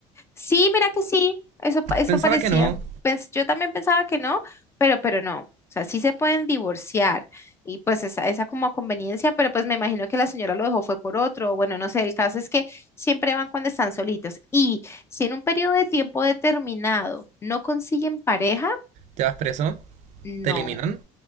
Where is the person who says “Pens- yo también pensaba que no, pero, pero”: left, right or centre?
Left